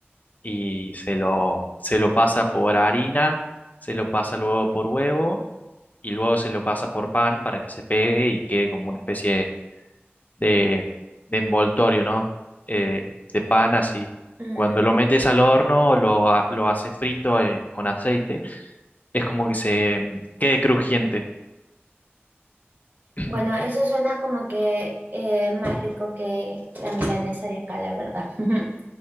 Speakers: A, on the left; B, on the right.
A: y se lo, se lo pasa por harina, se lo pasa luego por huevo y luego se lo pasa por pan para que se pegue y quede como una especie de, de envoltorio, ¿no? Eh, de pan así.
B: mm.
A: Cuando lo metes al horno, lo, ha- lo haces frito eh, con aceite, es como que se mm, quede crujiente. <clears throat>
B: Bueno, eso suena como que eh, más rico que la milanesa de acá, la verdad. <laughs>